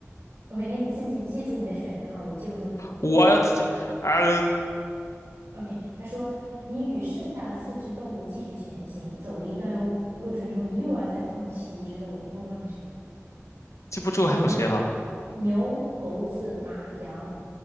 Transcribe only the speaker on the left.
我要自己，啊、
记不住还有谁了？